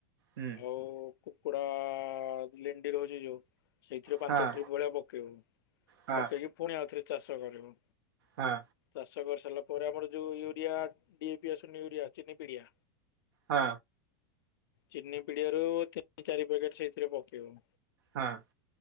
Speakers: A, on the right (about 75°); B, on the left (about 80°).
A: ହୁଁ
B: ଆଉ କୁକୁଡା ଲେଣ୍ଡି ରହୁଛି ଯୋଉ ସେଇଥିରେ ପାଞ୍ଚ
A: ହଁ
B: ଟ୍ରିପ ଭଳିଆ ପକେଇବୁ
A: ହଁ
B: ପକେଇକି ପୁଣି ଆଉଥରେ ଚାଷ କରିବୁ।
A: ହାଁ।
B: ଚାଷ କରିସାରିଲା ପରେ ଆମର ଯୋଉ ୟୁରିଆ ଡିଏପି ଆସୁନି ୟୁରିଆ ଚିନି ପିଡିଆ।
A: ହଁ।
B: ଚିନି ପିଡିଆରୁ ତିନି ଚାରି ପ୍ୟାକେଟ ସେଇଥିରେ ପକେଇବ।
A: ହାଁ।